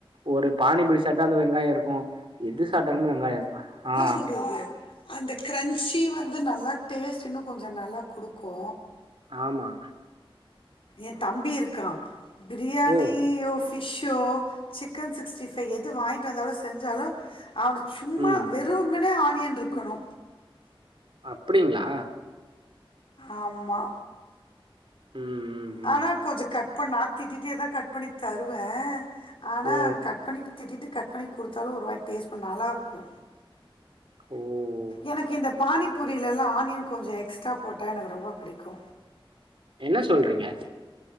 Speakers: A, on the right (about 70°); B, on the left (about 75°).
A: ஒரு பானிபூரி சாப்டா அந்த வெங்காய இருக்கு எது சாப்டாலுமே வெங்காய இருக்கு ஆ
B: சொல்றது அந்த கிரன்ச்சி வந்து நல்லா டேஸ்ட் இன்னு கொஞ்ச நல்லா குடுக்கு
A: ஆமா
B: எந் தம்பி இருக்கா பிரியாணியோ
A: ஓ
B: ஃபிஷ்ஷோ சிக்கன் சிக்ஸ்ட்டி ஃபைவ் எது வாங்கிட்டு வந்தாலு செஞ்சாலு அவனுக் சும்மா
A: ம்
B: வெ றுமுனே ஆனியன் இருக்கணு
A: அப்டிங்ளா
B: ஆமா
A: ம் ம் ம்
B: ஆனா கொஞ்ச கட் பண்ணா திட்டிட்டேதா கட் பண்ணி தருவே ஆனா
A: ஓ
B: கட் பண்ணி திட்டிட்டு கட் பண்ணி குடுத்தாலு ஒரு வாய் டேஸ்ட் பண் நல்லா இருக்கு
A: ம்
B: எனக்கு இந்த பானிபூரிலெல்லா ஆனியன் கொஞ்ச எக்ஸ்ட்ரா போட்டா எனக்கு ரொம்ப பிடிக்கு
A: என்ன சொல்றிங்க